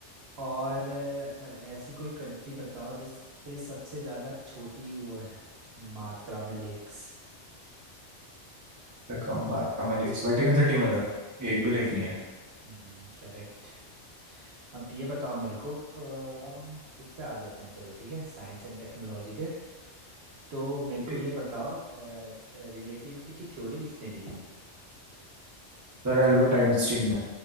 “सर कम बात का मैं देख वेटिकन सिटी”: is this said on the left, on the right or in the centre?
Right